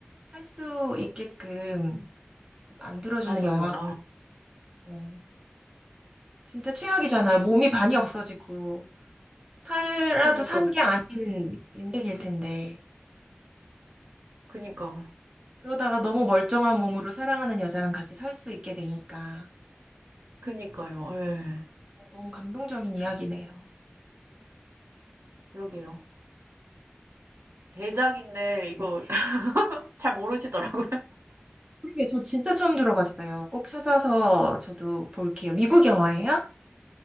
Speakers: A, on the right; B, on the right.
A: 할 수 있게끔 만들어주는
B: 맞아요.
A: 영화.
B: 아,
A: 같아요. 진짜 최악이잖아요. 몸이 반이 없어지고, 살라도
B: 그니까,
A: 산 게 아닌 인생일 텐데.
B: 그니까,
A: 그러다가 너무 멀쩡한 몸으로 사랑하는 여자랑 같이 살 수 있게 되니까.
B: 그니까요. 예,
A: 너무 감동적인 이야기네요.
B: 그러게요. 대작인데 이거
A: 네.
B: <laughs> 잘 모르시더라고요.
A: 그게 저 진짜 처음 들어봤어요. 꼭 찾아서 저도 볼게요. 미국
B: 예,
A: 영화예요?